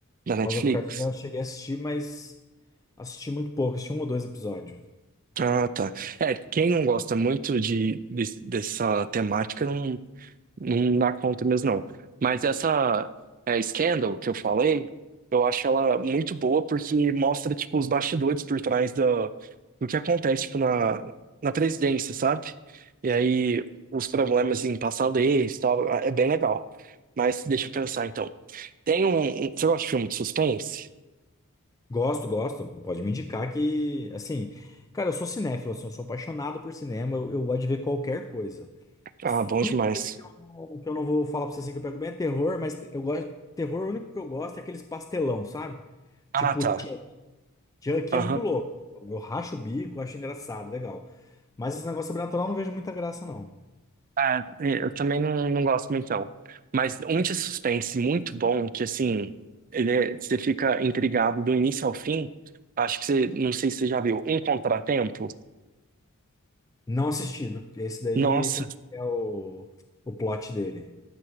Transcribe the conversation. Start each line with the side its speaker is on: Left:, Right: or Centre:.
Right: Da Netflix?
Left: House of Cards eu já cheguei a assistir, mas assisti muito pouco, assisti um ou dois episódios.
Right: Ah, tá. É, quem não gosta muito de, de- dessa temática não, não dá conta mesmo, não. Mas essa é, Scandal que eu falei, eu acho ela muito boa porque mostra, tipo, os bastidores por trás da, do que acontece, tipo, na, na presidência, sabe? E aí, os problemas em passar leis e tal, é bem legal. Mas deixa eu pensar, então. Tem um... um- Você gosta de filme de suspense?
Left: Gosto, gosto. Pode me indicar que, assim, cara, eu sou cinéfilo, assim, eu sou apaixonado por cinema, eu, eu gosto de ver qualquer coisa.
Right: Ah, bom
Left: A
Right: demais.
Left: única coisa que eu, não- que eu não vou falar pra você assim que eu pego bem é terror, mas eu gosto. Terror, o único que eu gosto é aqueles pastelão, sabe?
Right: Ah,
Left: Tipo,
Right: tá.
Left: Chuck Chuck
Right: Aham.
Left: é muito louco. Eu racho o bico, acho engraçado, legal. Mas os negócios sobrenatural eu não vejo muita graça, não.
Right: Ah, é, eu também não, não gosto muito, não. Mas um de suspense muito bom, que assim, ele é- você fica intrigado do início ao fim. Acho que você, não sei se você já viu, Um Contratempo.
Left: Não assistido. Esse daí,
Right: Nossa,
Left: como é o, o plot dele?